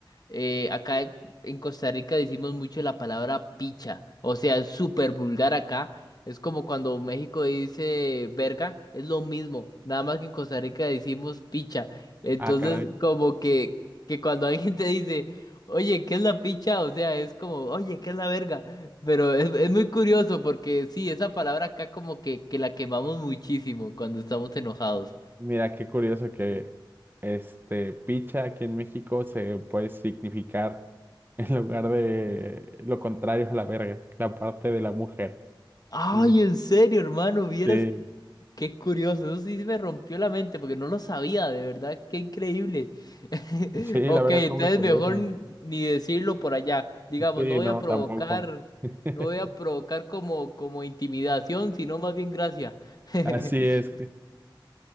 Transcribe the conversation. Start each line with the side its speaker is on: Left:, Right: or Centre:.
Left: eh, acá en en Costa Rica decimos mucho la palabra picha, o sea, es súper vulgar acá, es como cuando México dice verga, es lo mismo, nada más que en Costa Rica decimos picha, entonces
Right: Ah, caray.
Left: como que, que cuando alguien te dice, oye, ¿qué es la picha? O sea, es como, oye, ¿qué es la verga? Pero es, es muy curioso porque sí, esa palabra acá como que, que la quemamos muchísimo cuando estamos enojados.
Right: Mira, qué curioso que este picha aquí en México se puede significar <laughs> en lugar de lo contrario a la verga, la parte de la mujer.
Left: Ay,
Right: Eh,
Left: en serio, hermano, vieras
Right: Sí,
Left: qué curioso. Eso sí me rompió la mente porque no lo sabía, de verdad, qué increíble. <laughs>
Right: sí,
Left: Ok,
Right: la verdad
Left: entonces
Right: está muy curioso.
Left: mejor n- ni decirlo por allá. Digamos,
Right: Sí,
Left: no voy
Right: no,
Left: a provocar,
Right: tampoco. <laughs>
Left: no voy a provocar como, como intimidación, sino más bien gracia.
Right: Así
Left: <laughs>
Right: es.